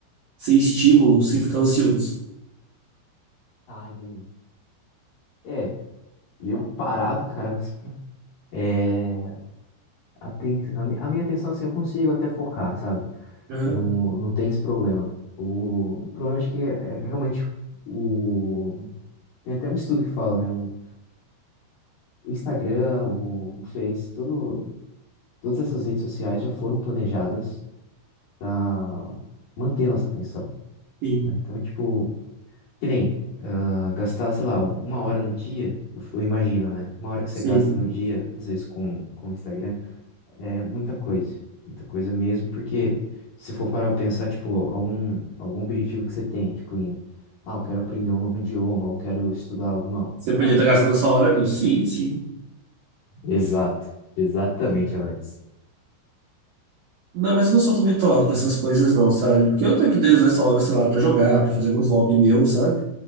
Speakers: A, on the right; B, on the left.
A: sem estímulo, sem ficar ansioso.
B: Ah, entendi. É, e eu parado, cara, é, aten- a, mi- a minha atenção, assim, eu consigo até focar, sabe?
A: Aham,
B: Não, não tem esse problema. O, o problema acho que é, é realmente o... Tem até um estudo que fala, né? O, o Instagram, o, o Face, todo, todas essas redes sociais já foram planejadas para manter nossa atenção,
A: Sim,
B: né? Então, é tipo, que nem ah, gastar, sei lá, uma hora no dia, eu, eu imagino, né? Uma hora que você
A: sim.
B: gasta no dia, às vezes, com, com o Instagram, É muita coisa, muita coisa mesmo, porque se for para pensar, tipo, algum, algum objetivo que você tenha, tipo, em, ah, eu quero aprender um novo idioma, eu quero estudar alguma, alguma
A: Você podia
B: outra
A: estar
B: coisa.
A: gastando essa hora nisso. Sim, sim.
B: Exato, exatamente, Alex.
A: Não, mas eu não sou tão bitolado com essas coisas, não, sabe? Porque eu tenho poder usar essa hora, sei lá, pra jogar, pra fazer algum hobby meu, sabe?